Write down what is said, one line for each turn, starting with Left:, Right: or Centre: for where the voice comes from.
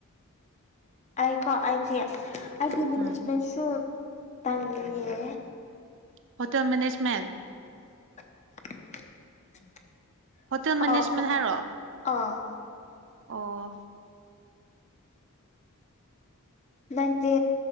Left: ꯑꯩꯀꯣ ꯑꯩꯗꯤ ꯑꯩꯗꯤ ꯃꯦꯅꯦꯖꯃꯦꯟꯁꯨ
Right: ꯎꯝ
Left: ꯇꯝꯅꯤꯡꯉꯦ
Right: ꯍꯣꯇꯦꯜ ꯃꯦꯅꯦꯖꯃꯦꯟ
Left: <inaudible>
Right: ꯍꯣꯇꯦꯜ ꯃꯦꯅꯦꯖꯃꯦꯟ
Left: ꯑꯧ
Right: ꯍꯥꯏꯔꯣ
Left: ꯑꯥ
Right: ꯑꯣ
Left: ꯅꯪꯗꯤ